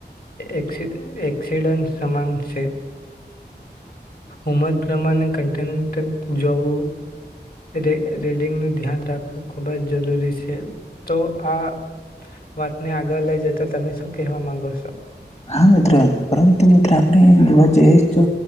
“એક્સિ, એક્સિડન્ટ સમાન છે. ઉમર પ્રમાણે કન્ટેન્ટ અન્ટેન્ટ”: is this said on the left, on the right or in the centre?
Left